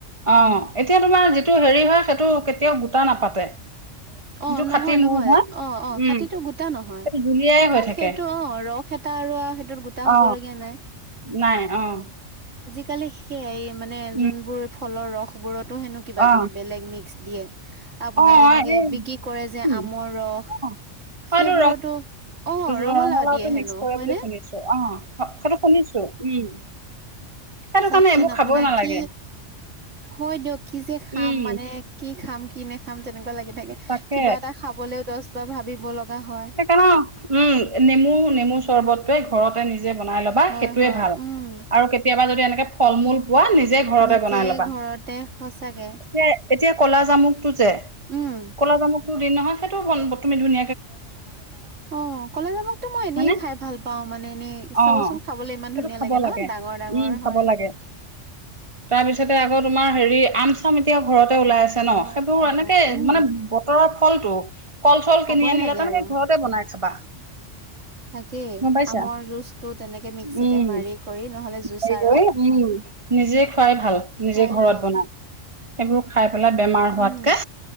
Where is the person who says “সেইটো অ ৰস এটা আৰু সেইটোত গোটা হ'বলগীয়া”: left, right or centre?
Right